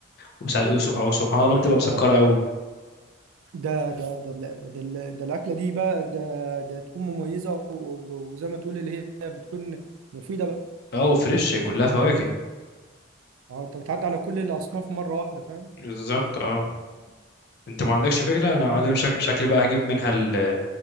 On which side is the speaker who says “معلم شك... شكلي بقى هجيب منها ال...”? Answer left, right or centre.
Left